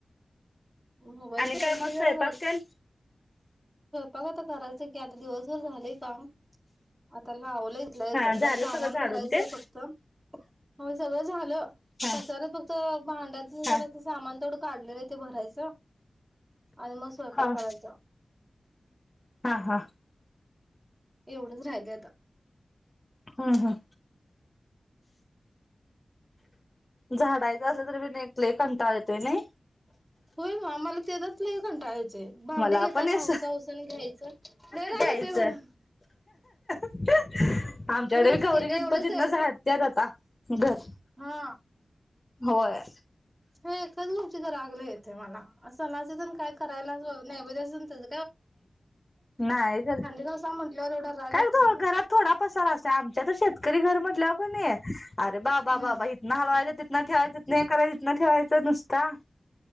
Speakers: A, on the right; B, on the left.
A: मोबाईलच्या
B: आणि काय
A: येंचीमुळ
B: मग स्वयंपाक
A: झाल.
B: तेन
A: बघ करायचं की आता दिवसभर झालय. काम आता रावलं इथल्या इथं
B: हा झालं
A: जर सामान
B: सगळं झाडून
A: भरायचंय
B: तेन
A: फक्त हो सगळं झालं
B: हा
A: पसार फक्त भांड्यातनि
B: हा
A: जरा सामान तेवढं काढलेले ते भरायच जा आणि मग स्वयपाक
B: हा
A: करायचा
B: हा हा
A: एवढंच राहिलंंय आता
B: हम् हम झाडायचं असलं तर विने तर लय कंटाळा येतोय नाय
A: होय ग आम्हाला त्याचाच लय कंटाळा भांडे
B: मला
A: घेताना
B: पण असं
A: हाऊस हाऊस न घ्यायच लय राग
B: घ्यायचं
A: येतोय मला
B: आमच्याकडे
A: खरंच
B: गौरी
A: की रे
B: गणपतीत
A: एवढंच
B: ना
A: आहे
B: झाडतेत आता घर
A: हा
B: होय
A: हे एकाच गोष्टीचा राग लय आहेत मला अस सणाचं करायला वाव नैवेद्याच आणि तेज
B: नाहीर
A: घासा म्हटल्यावर एवढा राग
B: काय
A: येतोय
B: घरात थोडा पसार असत आमच्या तर शेतकरी घर म्हटल्यावर का नाही अरे बाबा
A: हम्म
B: बाबा इथन हलवायचं तिथन ठेवायचं तीतना हे करायच ठेवायचं नुसता